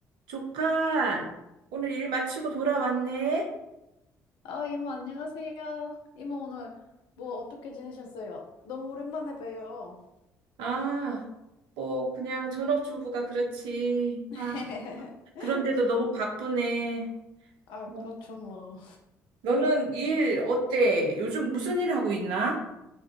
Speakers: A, on the right; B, on the left.
A: 조카, 오늘 일 마치고 돌아왔네?
B: 아, 이모, 안녕하세요. 이모, 오늘 뭐 어떻게 지내셨어요? 너무 오랜만에 봬요.
A: 아, 뭐, 그냥 전업주부가 그렇지.
B: <laughs>
A: 아, 그런데도 너무 바쁘네.
B: 아,
A: 어,
B: 그렇죠, 뭐.
A: 너는 일 어때? 요즘 무슨 일 하고 있나?